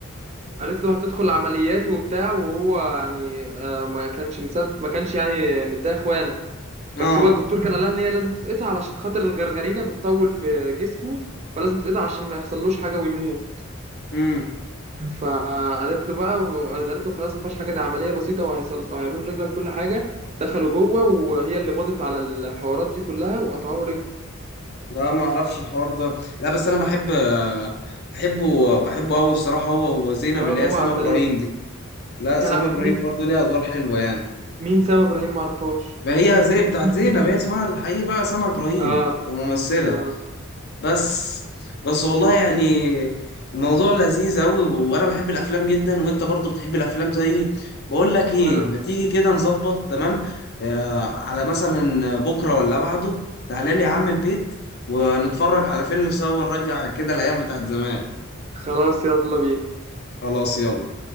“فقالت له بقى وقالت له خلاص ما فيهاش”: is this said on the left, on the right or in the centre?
Right